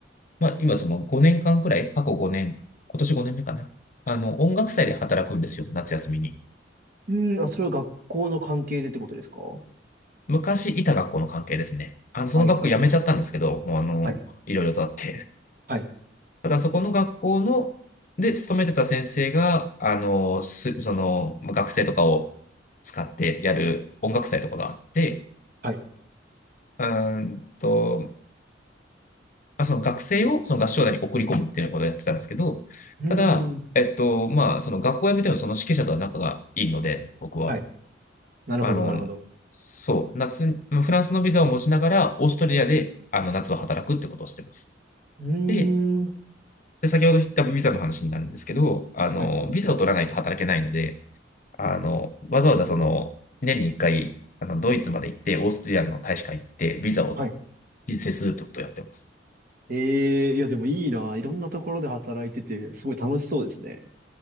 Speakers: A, on the left (about 45°); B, on the right (about 50°).
A: まあ、今その5年間くらい、過去5年、今年5年目かな。あの、音楽祭で働くんですよ、夏休みに。
B: うん、あ、それは学校の関係でってことですかは
A: 昔いた学校の関係ですね。あの、
B: い、
A: その学校辞めちゃったんですけど、
B: はい、はい、
A: もうあの、
B: はい、
A: いろいろとあって。
B: はい。
A: ただそこの学校の、で、勤めてた先生が、あの、す、その、学生とかを使ってやる音楽祭とかがあって、
B: はい
A: うんと、あ、その学生をその合唱団に送り込むっていうことをやってたんですけど、
B: うん、
A: ただ、えっと、まあ、その学校を辞めてもその指揮者とは仲がいいので、僕は。
B: はい。なるほど、
A: あの、
B: なるほど。
A: そう、夏フランスのビザを持ちながら、オーストラリアで、あの、夏は働くってことをしてます。
B: うー
A: で、
B: ん、
A: で先ほど言ったビザの話になるんですけど、あの、
B: はい、
A: ビザを取らないと働けないので、あの、わざわざその、年に1回、あの、ドイツまで行って、オーストラリアの大使館行って、ビザを
B: はい。
A: 申請するってことをやってます。
B: ええいや、でもいいな。いろんなところで働いてて、すごい楽しそうですね。